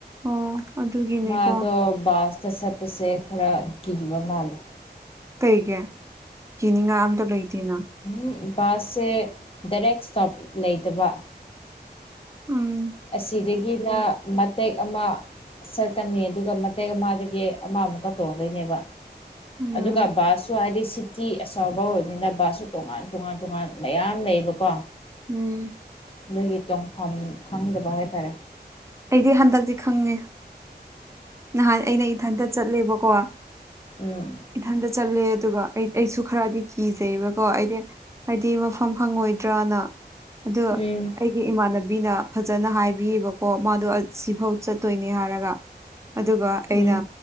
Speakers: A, on the right; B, on the left.
A: ꯑꯣ ꯑꯗꯨꯒꯤꯅꯦꯀꯣ
B: ꯃꯥꯗꯣ ꯕꯥꯁꯇ ꯆꯠꯄꯁꯦ ꯈꯔ ꯀꯤꯕ ꯃꯥꯜꯂꯦ
A: ꯀꯩꯒꯤ ꯀꯤꯅꯤꯡꯉꯥꯏ ꯑꯝꯇ ꯂꯩꯇꯦꯅ
B: ꯎꯨ ꯕꯥꯁꯁꯦ ꯗꯥꯏꯔꯦꯛ ꯏꯁꯇꯣꯞ ꯂꯩꯇꯕ
A: ꯎꯨꯝ
B: ꯑꯁꯤꯗꯒꯤꯅ ꯃꯇꯦꯛ ꯑꯃ ꯆꯠꯀꯅꯤ ꯑꯗꯨꯒ ꯃꯇꯦꯛ ꯑꯃꯗꯒꯤ ꯑꯃꯃꯨꯛꯀ ꯇꯣꯡꯗꯣꯏꯅꯦꯕ
A: ꯎꯝ
B: ꯑꯗꯨꯒ ꯕꯥꯁꯨ ꯍꯥꯏꯗꯤ ꯁꯤ ꯇꯤ ꯑꯆꯧꯕ ꯑꯣꯏꯕꯅꯤꯅ ꯕꯥꯁꯁꯨ ꯇꯣꯉꯥꯟ ꯇꯣꯉꯥꯟ ꯇꯣꯉꯥꯟ ꯃꯌꯥꯝ ꯂꯩꯌꯦꯕꯀꯣ
A: ꯎꯨꯝ
B: ꯑꯗꯨꯒꯤ ꯇꯣꯡꯐꯝ ꯈꯪꯗꯕ ꯍꯥꯏꯇꯥꯔꯦ
A: ꯑꯩꯗꯤ ꯍꯟꯗꯛꯇꯤ ꯈꯪꯉꯦ ꯅꯍꯥꯟ ꯑꯩꯅ ꯏꯊꯟꯇ ꯆꯠꯂꯦꯕꯀꯣ
B: ꯎꯝ
A: ꯏꯊꯟꯇ ꯆꯠꯂꯦ ꯑꯗꯨꯒ ꯑꯩ ꯑꯩꯁꯨ ꯈꯔꯗꯤ ꯀꯤꯖꯩꯕꯀꯣ ꯑꯩꯗꯤ ꯍꯥꯏꯗꯤ ꯃꯐꯝ ꯈꯪꯉꯣꯏꯗ꯭ꯔꯅ ꯑꯗꯨ ꯑꯩ
B: ꯎꯝ
A: ꯑꯩꯒꯤ ꯏꯃꯥꯟꯅꯕꯤꯅ ꯐꯖꯅ ꯍꯥꯏꯕꯤꯕꯀꯣ ꯃꯥꯗꯣ ꯁꯤꯐꯥꯎ ꯆꯠꯇꯣꯏꯅꯦ ꯍꯥꯏꯔꯒ ꯑꯗꯨꯒ ꯑꯩꯅ
B: ꯎꯝ